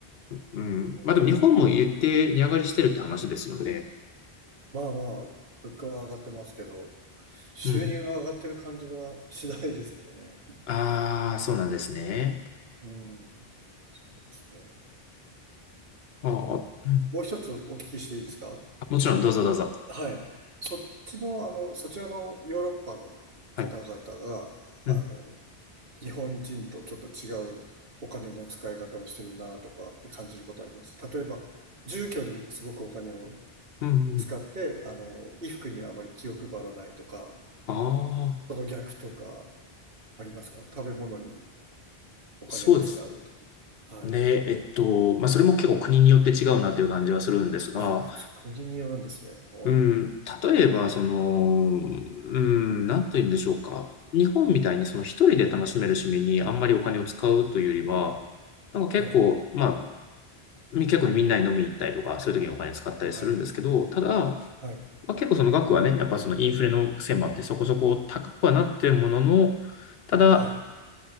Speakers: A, on the left; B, on the right.
A: うん。
B: うん
A: まあでも日本も言って値上がりしてるって話ですよね。
B: まあまあ、物価は上がってますけど、収入が上がってる感じはしないですけどね。
A: うん。ああ、そうなんですね。
B: うん。そうですね。
A: ああ、
B: あの、もう一つお聞きしていいですか
A: うん。もちろん、どうぞどうぞ。
B: はい。そっちの、あの、そちらのヨーロッパの方々が、
A: はい。うん。
B: あの、日本人とちょっと違うお金の使い方をしてるなとかって感じることあります。例えば、住居にすごくお金を
A: うん、
B: 使って、
A: うん。
B: あの、衣服にあまり気を配らないとか、
A: ああ、
B: その逆とか、ありますか食べ物にお金を使うとか。
A: そうです
B: はい。
A: ね。えっと、まあ、それも結構国によって違うなという感じはするんですが、
B: あ、口、国によるんですね。おー
A: うん、例えば、その、うん、なんと言うんでしょうか。日本みたいに、その一人で楽しめる趣味にあんまりお金を使うというよりは、なんか結構、
B: はい。
A: まあ、み結構みんなに飲みに行ったりとか、そういう時にお金使ったりするんですけど、
B: はい。
A: ただ、
B: はい。
A: まあ、結構その額はね、やっぱそのインフレの線もあってそこそこ高くはなってるものの、ただ、
B: はい。